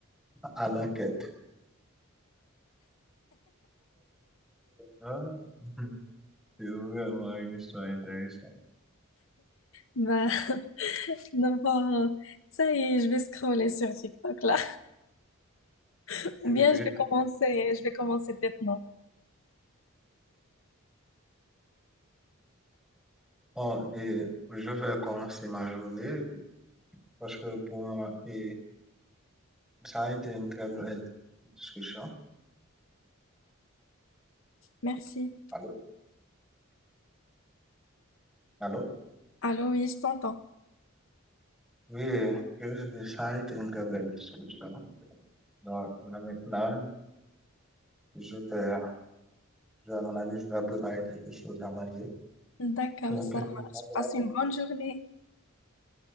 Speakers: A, in the centre; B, on the left (about 65°).
A: I like it. Ah, <laughs> C'est vraiment une histoire intéressante.
B: Bah, <laughs> d'abord, euh, ça y est, je vais scroller sur TikTok là. <laughs>
A: Oui.
B: Ou bien je vais commencer, je vais commencer maintenant.
A: Bon, et je vais commencer ma journée parce que pour moi, et ça a été une très belle discussion.
B: Merci.
A: Allô? Allô?
B: Allô, oui, je t'entends.
A: Oui, je veux dire, ça a été une très belle discussion. Donc, là, maintenant, je vais, je vais m'en aller, je vais préparer quelque chose à manger.
B: D'accord,
A: Donc,
B: ça
A: je- te
B: marche.
A: rappelle
B: Passe
A: après.
B: une bonne journée.